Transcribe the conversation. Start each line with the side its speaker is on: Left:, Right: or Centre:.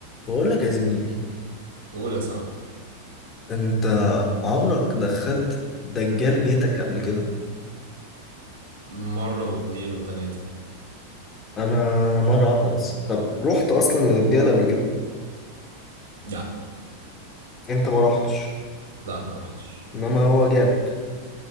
Left: بقول لك يا زميلي
Right: قول يا صاحبي
Left: انت عمرك دخلت دجال بيتك قبل كده
Right: مرة واتنين وتلاتة
Left: انا مره واحده بس طب رحت اصلا لدجال قبل كده
Right: لا
Left: انت ما رحتش
Right: لا ما رحتش
Left: انما هو جالك